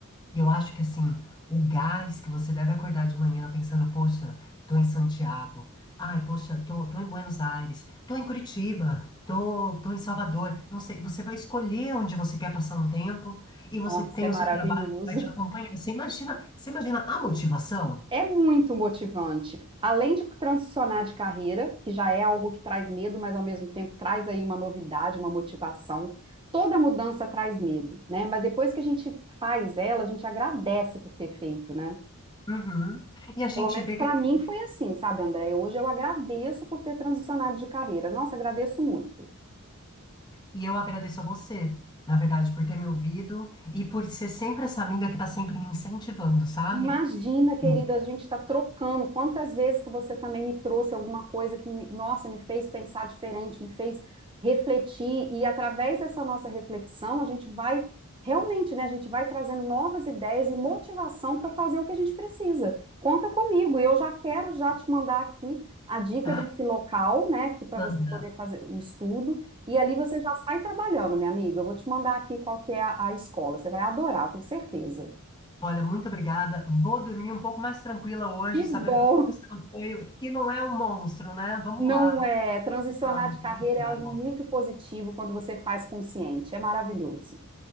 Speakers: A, on the left; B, on the right.
A: E eu acho que, assim, o gás que você deve acordar de manhã pensando, poxa, tô em Santiago. Ai, poxa, tô, tô em Buenos Aires. Tô em Curitiba. Tô, tô em Salvador. Não sei, você vai escolher onde você quer passar um tempo e você
B: Nossa,
A: tem
B: é maravilhoso.
A: o seu trabalho que vai te acompanhar. Você imagina, você imagina a motivação?
B: É muito motivante. Além de transicionar de carreira, que já é algo que traz medo, mas ao mesmo tempo traz aí uma novidade, uma motivação. Toda mudança traz medo, né? Mas depois que a gente faz ela, a gente agradece por ter feito, né?
A: Uhum. E a gente
B: Pelo menos
A: vê
B: para
A: que.
B: mim foi assim, sabe, André? Hoje eu agradeço por ter transicionado de carreira. Nossa, agradeço muito.
A: E eu agradeço a você, na verdade, por ter me ouvido e por ser sempre essa amiga que tá sempre me incentivando, sabe?
B: Imagina, querida,
A: Sim.
B: a gente está trocando. Quantas vezes que você também me trouxe alguma coisa que me, nossa, me fez pensar diferente, me fez refletir, e através dessa nossa reflexão, a gente vai realmente, né? A gente vai trazendo novas ideias e motivação para fazer o que a gente precisa. Conta comigo, e eu já quero já te mandar aqui a dica
A: Ah,
B: desse local, né? Que para
A: Ana,
B: você poder fazer o estudo, e ali você já sai trabalhando, minha amiga. Eu vou te mandar aqui qual que é a a escola. Você vai adorar, eu tenho certeza.
A: olha, muito obrigada. Vou dormir um pouco mais tranquila hoje,
B: Que
A: sabendo
B: bom!
A: que eu tenho seu apoio e que não é um monstro, né? Vamos
B: Não
A: lá.
B: é. Transicionar
A: Ai,
B: de carreira
A: que legal.
B: é algo muito positivo quando você faz consciente. É maravilhoso.